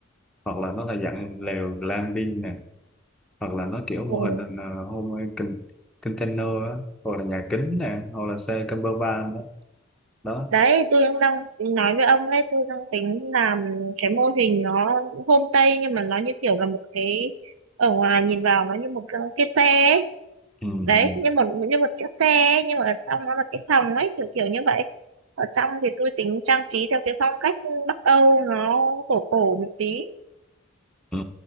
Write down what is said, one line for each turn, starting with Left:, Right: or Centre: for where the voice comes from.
Centre: hoặc là nó là dạng lều glamping nè hoặc là nó kiểu mô
Right: ừ.
Centre: hình uh, home con- container á hoặc là nhà kính nè hoặc là xe camper van á đó
Right: đấy tôi cũng đang nói với ông đấy tôi đang tính làm cái mô hình nó homestay nhưng mà nó như kiểu là một cái ở ngoài nhìn vào nó như một cái xe ấy.
Centre: ừ,
Right: đấy
Centre: ừ,
Right: như một như một chiếc xe ấy, nhưng mà ở trong nó là cái phòng ấy kiểu kiểu như vậy ở trong thì tôi tính trang trí theo cái phong cách Bắc Âu nó cổ cổ một tí
Centre: ừ,